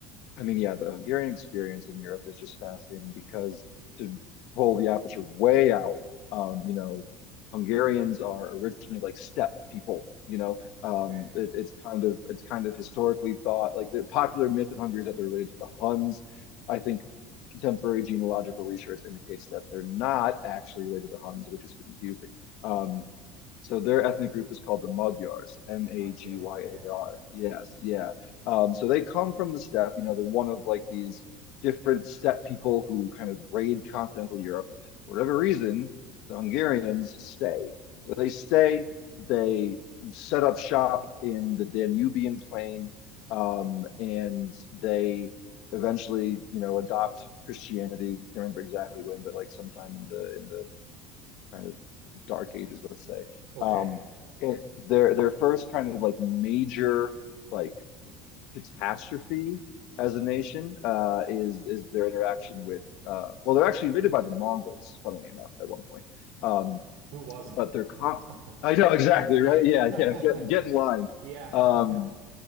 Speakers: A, on the left (about 55°); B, on the right (about 70°).
A: I mean, yeah, the Hungarian experience in Europe is just fascinating because to pull the aperture way out, um, you know, Hungarians are originally like steppe people. You know, um,
B: Okay.
A: it, it's kind of it's kind of historically thought like the popular myth in Hungary is that they're related to the Huns. I think contemporary genealogical research indicates that they're not actually related to the Huns, which is confusing. Um, so their ethnic group is called the Magyars, M-A-G-Y-A-R.
B: Magyar. Okay.
A: Yes, yeah. Um, so they come from the steppe. You know, they're one of like these different steppe people who kind of raid continental Europe. For whatever reason, the Hungarians stay. So they stay. They set up shop in the Danubian plain, um, and they eventually, you know, adopt Christianity. Can't remember exactly when, but like sometime in the in the kind of dark ages, let's say.
B: Okay.
A: Um, and their their first kind of like major like catastrophe as a nation uh, is is their interaction with uh, well they're actually invaded by the Mongols funnily enough at one point um,
B: Who wasn't?
A: but they're con
B: <laughs>
A: I know exactly
B: Yeah.
A: right yeah
B: <laughs>
A: yeah get get in line
B: Yeah.
A: um,